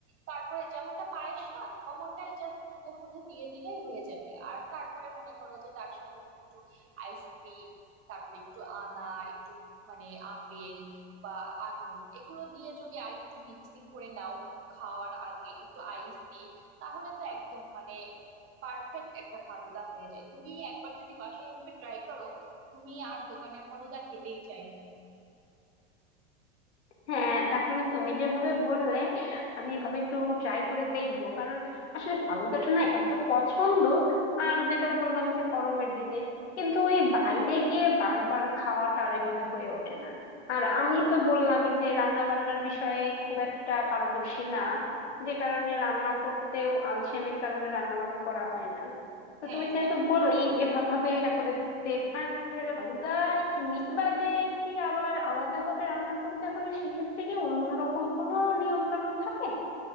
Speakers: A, on the right; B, on the left.
A: তারপরে যেমনটা পায়েস না অমনটাই জাস্ট দুধের মধ্যে দিয়ে দিলেই হয়ে যাবে আর তারপরে মনে করো যে তার সাথে তুমি একটু আইসক্রিম তারপরে একটু আনার একটু মানে আপেল বা আঙুর এগুলো দিয়ে যদি আর একটু মিক্সিং করে নাও খাওয়ার আগে একটু আইস দিয়ে তাহলে তো একদম মানে পারফেক্ট একটা ফালুদা হয়ে যায় তুমি একবার যদি বাসায় এভাবে ট্রাই করো তুমি আর দোকানের ফালুদা খেতেই চাই
B: হ্যাঁ তাহলে তুমি যেভাবে বললে আমি এভাবে একটু ট্রাই করে দেখবো কারণ আসলে ফালুদাটা না এত পছন্দ আর যেটা বললাম যে গরমের দিনে কিন্তু ওই বাইরে গিয়ে বারবার খাওয়াটা আর ওইভাবে হয়ে ওঠে না আর আমি তো বললামই যে রান্না বান্নার বিষয়ে খুব একটা পারদর্শী না যে কারণে রান্না করতেও আলসেমির কারণে রান্না বান্না করা হয় না তো
A: হ্যাঁ
B: তুমি যেহেতু
A: হ্যাঁ
B: বলনি এভাবে এটা করে দেখবে আর আলাদা ইলিশ বাদে কি আবার আলাদা ভাবে রান্না করতে হলে সেক্ষেত্রে কি অন্যরকম কোনো নিয়ম কানুন থাকে